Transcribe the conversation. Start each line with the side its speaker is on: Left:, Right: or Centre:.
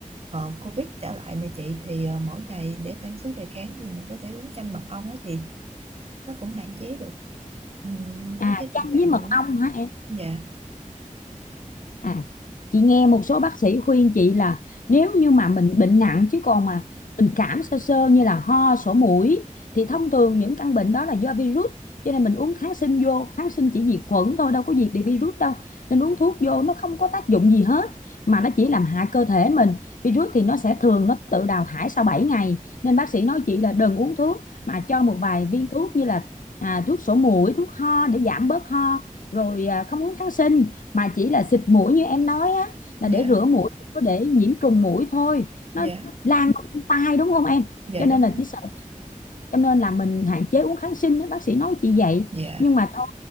Right: Ờ, Covid trở lại nè chị thì ờ, mỗi ngày để tăng sức đề kháng thì mình có thể uống chanh mật ong á chị nó cũng hạn chế được ừm,
Left: À
Right: mấy cái
Left: chanh
Right: tình trạng
Left: với mật
Right: nhiễm
Left: ong hả em
Right: dạ
Left: À, chị nghe một số bác sĩ khuyên chị là nếu như mà mình bệnh nặng chứ còn mà mình cảm sơ sơ như là ho, sổ mũi thì thông thường những căn bệnh đó là do virus cho nên mình uống kháng sinh vô, kháng sinh chỉ diệt khuẩn thôi đâu có diệt được virus đâu. Nên uống thuốc vô nó không có tác dụng gì hết mà nó chỉ làm hại cơ thể mình. Virus thì nó sẽ thường nó tự đào thải sau bảy ngày nên bác sĩ nói chị là đừng uống thuốc mà cho một vài viên thuốc như là À, thuốc sổ mũi, thuốc ho để giảm bớt ho, rồi à, không uống kháng sinh mà chỉ là xịt mũi như em nói á là
Right: dạ
Left: để rửa mũi có để nhiễm trùng mũi thôi
Right: dạ
Left: nó lan qua đến tai đúng không em
Right: dạ
Left: cho
Right: đúng
Left: nên là
Right: rồi
Left: chỉ sợ cho nên là mình hạn chế uống kháng sinh đó, bác sĩ nói chị vậy
Right: dạ
Left: nhưng mà thôi